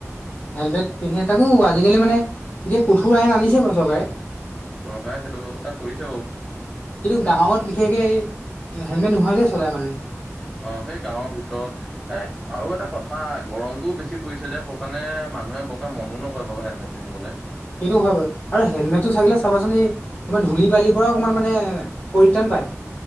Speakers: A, on the left; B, in the centre.
A: হেলমেট পিন্ধে তাকো আজিকালি মানে এতিয়া কঠোৰ আইন আনিছে বাৰু চৰকাৰে।
B: চৰকাৰে সেইটো ব্যৱস্থা কৰিছে বাৰু।
A: কিন্তু গাঁৱত বিশেষকে এই হেণ্ডমেট নোহোৱাকে চলায় মানুহে।
B: অ', সেই গাঁৱৰ ভিতৰত এ আৰু এটা কথা গৰমটোও বেছি পৰিছে যে। মানে মানুহে বৰকে মনো নকৰে বাউ হেলমেট পিন্ধিবলে।
A: সেইটো হয় বাৰু আৰু হেলমেটটো থাকিলে চাবাচোন এই তোমাৰ ধূলি বালিৰ পৰাও অকণমান মানে পৰিত্ৰাণ পায়।